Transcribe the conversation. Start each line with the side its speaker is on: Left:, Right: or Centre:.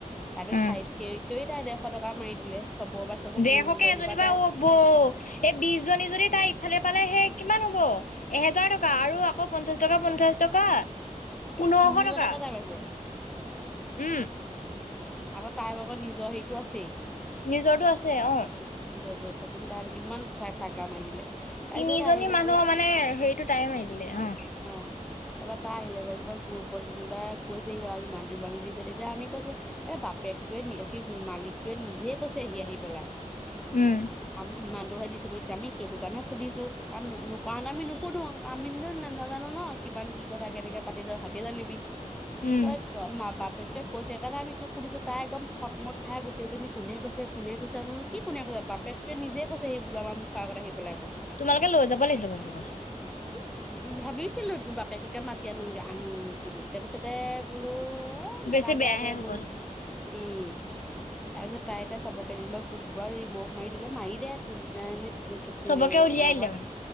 Centre: তাতে
Left: উম,
Centre: ঠাই থিয় থিয়েই তাই ডেৰশ টকা মাৰি দিলে চবৰ পৰা চোৱাচোন
Left: ডেৰশকে
Centre: বিশ জনীৰ
Left: এজনীৰ পৰা
Centre: তাই
Left: অ বৌ এই বিশ জনী যদি তাই ইফালে পালে সেই কিমান হ'ব। এহেজাৰ টকা আৰু আকৌ পঞ্চাশ টকা পঞ্চাশ টকা পোন্ধৰখ
Centre: তিনি হাজাৰ
Left: টকা
Centre: এটা পাইছে
Left: উম
Centre: আকৌ তাইৰ ভাগৰ নিজৰ হেৰিটো আছেই।
Left: নিজৰটো আছে অ'
Centre: নিজৰ দৰেছচোন তাৰ কিমান <unintelligible> থাকা মাৰি দিলে। তাৰপিছত
Left: তিনিজনী
Centre: আহি লৈ
Left: মানুহ
Centre: পেলাই
Left: মানে হে ৰিটো টাই মাৰি দিলে অ'
Centre: অ' তাৰ পৰাৰা তাৰ আহিলে যেনিবা গ্ৰুপত যেনিবা কৈছে সিহ ইমানটো ইমান দিছে তেতিয়া আমি কৈছো এ বাপেকটোৱে কি মালিকটোৱে নিজে কৈছেহি আহি আহি পেলাই।
Left: উম
Centre: আমি ইমানটোহে দিছো বুলি এতিয়া আমি সেইটো কাৰণে সুধিছো কাৰণ নোকোৱা হলে আমি নুসোধো আমিনটো নাজানো ন কিমান কি কথা কেনেকে পাতিছ সতে জানিবি।
Left: উম।
Centre: তই ত বাপেকটোৱ কৈছে সেইকাৰণে তোক সুধিছো তাই একদম থটমট খাই গোটেইজনী কোনে কৈছে। কোনে কৈছে বো কি কোনে কৈ বাপেকটোৱে নিজে কৈছে হি বুলো আমাৰ মুখৰ আগত আহিপেলাই বুলো
Left: তোমালোকে লৈ যাব লাগিছে <unintelligible>
Centre: উ উম ভাবিছিলো বাপেককে মাতি আনোগে আনো নেকি বুলি তাৰ পিছতে বোলো এই নালাগে
Left: বেছি বেয়াহে
Centre: আৰু দে
Left: হ'ব
Centre: বোলো
Left: ন
Centre: উম তাৰপিছত তাই এটা চবকে যেনিবা গ্ৰুপৰ পৰা ৰিমোভ মাৰি দিলে মাৰি দে তোৰ নিচিনা এজনী <unintelligible>
Left: চবকে উলিয়াই
Centre: লগত
Left: দিলে মানে